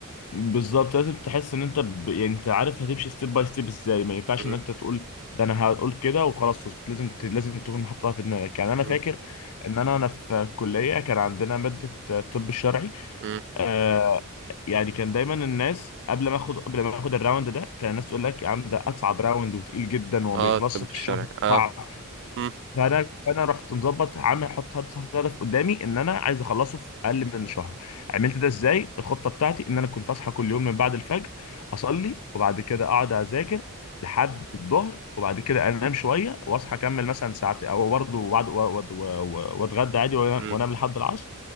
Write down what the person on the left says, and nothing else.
بالظبط لازم تحس ان انت ب... يعني انت عارف هتمشي ستيب باي ستيب ازاي ما ينفعش
ان انت تقول ده انا هقول كده وخلاص اسكت لازم ت... لازم تكون محطها في دماغك يعني انا
فاكر ان انا انا في الكليه كان عندنا ماده الطب الشرعي
آه يعني كان دايما الناس قبل ما اخد قبل ما اخد الراوند ده كان الناس تقول لك يا عم ده اصعب راوند وتقيل جدا وما
بيخلصش
في
الشهر
صعب
فانا فانا رحت مظبط عامل حط حط حط هدف قدامي ان انا عايز اخلصه في اقل من شهر عملت ده ازاي الخطه بتاعتي ان انا كنت اصحى كل يوم من بعد الفجر اصلي وبعد كده اقعد اذاكر لحد الظهر وبعد كده انام شويه واصحى اكمل مثلا ساعتين او برضه وبعد و- و- و- واتغدى عادي وانام
وأنام لحد العصر